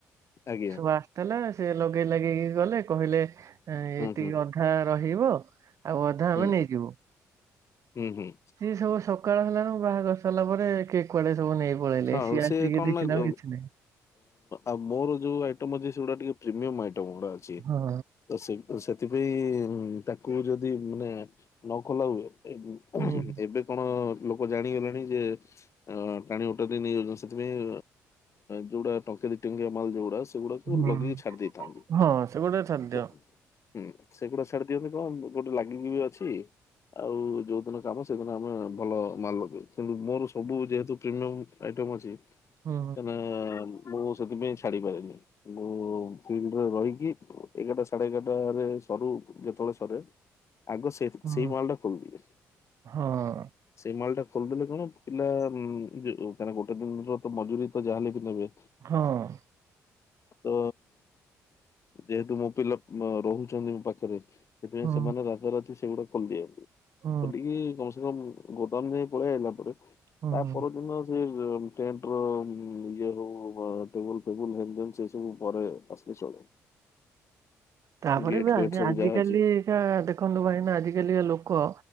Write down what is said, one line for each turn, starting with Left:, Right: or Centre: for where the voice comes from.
Left: ଆଜ୍ଞା
Right: ସବା ତାଲା ସେ ଲଗେଇ ଲାଗେଇକି ଗଲେ କହିଲେ ଏତିକି
Left: ହୁଁ ହୁଁ
Right: ଅଧା ରହିବ ଆଉ ଅଧା
Left: ହୁଁ
Right: ଆମେ ନେଇଯିବୁ।
Left: ହୁଁ ହୁଁ।
Right: ସିଏ ସବୁ ସକାଳ ହେଲାଣୁ ବାହାଘର ସରିଲା ପରେ କିଏ କୁଆଡେ ସବୁ ନେଇ ପଳେଇଲେ
Left: ହଉ
Right: ସିଏ
Left: ସେ
Right: ଆସିକି
Left: କଣ
Right: ଦେଖିଲା
Left: ନା ଅଁ
Right: ଆଉ କିଛି ନାହିଁ
Left: ଆଉ ମୋର ଯୋଉ ଆଇଟମ୍ ଅଛି ସେଗୁଡା ଟିକେ ପ୍ରିମିୟମ୍ ଆଇଟମ ଗୁଡା ଅ
Right: ହଁ।
Left: ତ ସେ ସେଥିପାଇଁ ତାକୁ ଯଦି ମାନେ ନ ଖୋଲା ହୁଏ
Right: ହୁଁ
Left: ଏବେ କଣ ଲୋକ ଜାଣିଗଲେଣି ଯେ ଅ ଟାଣି ଓଟାରି ନେଇ ଯାଉଛନ୍ତି ସେଥିପାଇଁ ଯୋଉଗୁଡା ଟଙ୍କେ ଦି ଟଙ୍କିଆ ମାଲ ଯୋଉଗୁଡା ସେଗୁଡାକୁ
Right: ହୁଁ
Left: ଲଗେଇକି ଛାଡି ଦେଇଥାନ୍ତି।
Right: ହଁ ସେ ଗୋଟେ ଖାଦ୍ୟ
Left: ହୁଁ ସେଗୁଡା ଛାଡି ଦିଅନ୍ତି କଣ ଗୋଟେ ଲାଗିକି ବି ଅଛି ଆଉ ଯୋଉଦିନ କାମ ସେଦିନ ଆମେ ଭଲ ମାଲ ଲଗେଇବି କିନ୍ତୁ ମୋର ସବୁ ଯେହେତୁ ପ୍ରିମିୟମ୍ ଆଇଟମ୍ ଅଛି
Right: ହୁଁ
Left: କାଇନା ମୁଁ ସେଥିପାଇଁ ଛାଡି ପାରେନି। ମୁଁ ଫିଲ୍ଡରେ ରହିକି ଏଗାରଟା ସାଢେ ଏଗାରଟାରେ ସରୁ ଯେତେବେଳେ ସରେ ଆଗ ସେ ସେଇ
Right: ହୁଁ
Left: ମାଲଟା ଖୋଲିଦିଏ।
Right: ହଁ
Left: ସେଇ ମାଲଟା ଖୋଲିଦେଲେ କଣ ପିଲା ଉଁ କାହିଁକିନା ଗୋଟେ ଦିନର ତ ମଜୁରୀ ତ ଯାହାଲେ ବି ନେବେ
Right: ହଁ।
Left: ତ ଯେହେତୁ ମୋ ପିଲା ଅଁ ରହୁଛନ୍ତି ମୋ ପାଖରେ ସେଥିପାଇଁ
Right: ହଁ
Left: ସେମାନେ ରାତାରାତି ସେଗୁଡ଼ା ଖୋଲି ଦିଅନ୍ତି
Right: ହଁ
Left: ଖୋଲିକି କମ୍ ସେକମ ଗୋଦାମ ଯାଏ ପଳେଇ ଆଇଲା ପରେ
Right: ହଁ
Left: ତା ପରଦିନ ଟେଣ୍ଟର ଇଏ ହଉ ବା ଟେବୁଲ ଫେବୁଲ ହେନ ତେନ ସେ ସବୁ ପରେ ଆସିଲେ ଚଳେ।
Right: ତାପରେ
Left: ଗେଟ୍
Right: ବି
Left: ଫେଟ୍
Right: ଆଜି
Left: ସବୁ
Right: ଆଜିିକାଲି
Left: ଯାହା ଅଛି
Right: କା ଦେଖନ୍ତୁ ଭାଇନା ଆଜିକାଲିଆ ଲୋକ